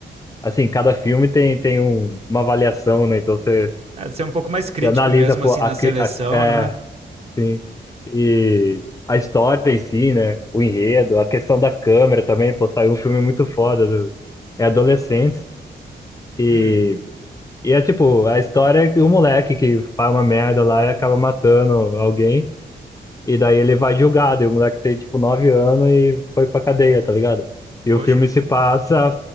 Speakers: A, on the left (about 20°); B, on the right (about 35°).
A: assim, cada filme tem, tem um, uma avaliação, né? Então você
B: É, ser um pouco mais crítico
A: Você analisa,
B: mesmo,
A: pô,
B: assim,
A: a,
B: na
A: cri-
B: seleção,
A: a, é,
B: né?
A: sim, e a história em si, né? O enredo, a questão da câmera também, pô, saiu um filme muito foda. do- é adolescentes e,
B: Hum,
A: e é tipo, a história é que o moleque que faz uma merda lá e acaba matando alguém, e daí ele vai julgado, e o moleque tem tipo nove anos e foi pra cadeia, tá ligado? E
B: poxa.
A: o filme se passa